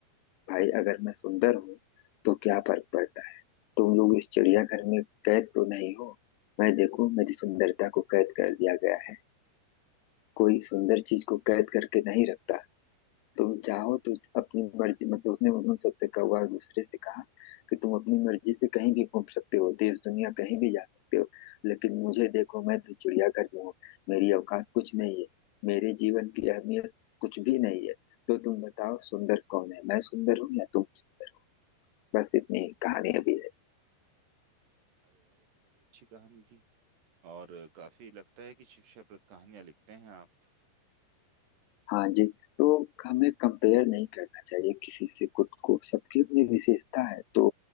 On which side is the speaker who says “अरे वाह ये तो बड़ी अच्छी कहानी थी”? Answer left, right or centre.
Right